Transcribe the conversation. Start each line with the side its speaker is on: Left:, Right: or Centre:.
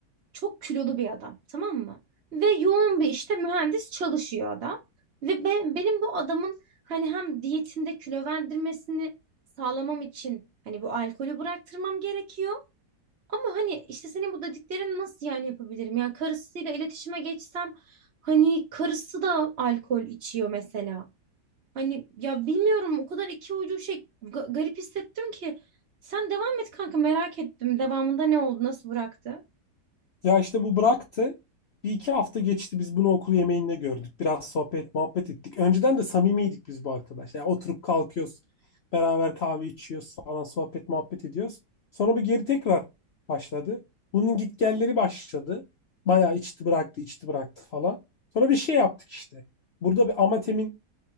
Right: çok kilolu bir adam tamam mı? Ve yoğun bir işte mühendis çalışıyor adam. Ve be- benim bu adamın hani hem diyetinde kilo verdirmesini sağlamam için hani bu alkolü bıraktırmam gerekiyor. Ama hani işte senin bu dediklerini nasıl yani yapabilirim? Yani karısıyla iletişime geçsem hani karısı da alkol içiyor mesela. Hani ya bilmiyorum o kadar iki ucu şey ga- garip hissettim ki. Sen devam et kanka merak ettim devamında ne oldu nasıl bıraktı?
Left: Ya işte bu bıraktı. Bir iki hafta geçti biz bunu okul yemeğinde gördük. Biraz sohbet muhabbet ettik. Önceden de samimiydik biz bu arkadaşlar. Yani oturup kalkıyoruz. Beraber kahve içiyoruz falan sohbet muhabbet ediyoruz. Sonra bir geri tekrar başladı. Bunun gitgelleri başladı. Bayağı içti bıraktı içti bıraktı falan. Sonra bir şey yaptık işte. Burada bir Amatem'in